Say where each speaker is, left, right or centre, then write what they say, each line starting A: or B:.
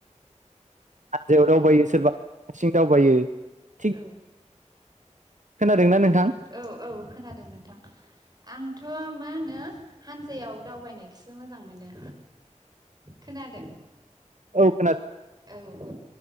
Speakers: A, on the right (about 75°); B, on the right (about 30°).
A: हानजायाव दावबायो सोरबा हारसिं दावबायो थिग
B: औ।
A: खोनादोंना नोंथां?
B: औ औ खोनादों नोंथां। आंथ' मा होनो हानजायाव दावबायनायखौसो मोजां मोनो। खोनादों?
A: औ खोना
B: औ औ